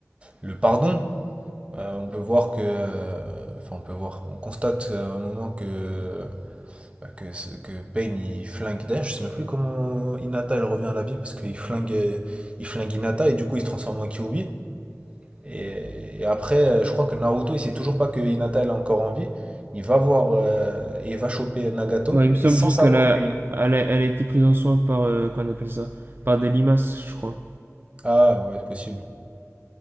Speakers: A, on the right (about 25°); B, on the right (about 40°).
A: Le pardon, euh, on peut voir que, euh, enfin on peut voir, on constate à un moment que bah, que, que Payne il flingue. D'ailleurs, je sais même plus comment Hinata elle revient à la vie parce qu'il flingue, euh, il flingue Hinata et du coup il se transforme en Kyuubi. Et, et après, euh, je crois que Naruto il sait toujours pas que Hinata elle est encore en vie. Il va voir euh, et il va choper Nagato
B: Bah, il me semble
A: et sans
B: juste
A: savoir
B: qu'elle a,
A: que
B: elle a, elle a été prise en soin par, euh, qu'on appelle ça, par des limaces, je crois.
A: Ah ouais, c'est possible.